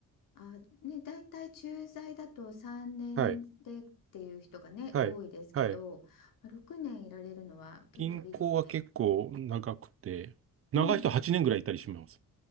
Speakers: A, on the left; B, on the right.
A: あ、ね、大体駐在だと3年でっていう人がね、
B: はい。はい。
A: 多いですけど、
B: はい。
A: まあ6年いられるのは結構いいですね。
B: 銀行は結構長くて、長い人8年ぐらいいたりします。
A: うん。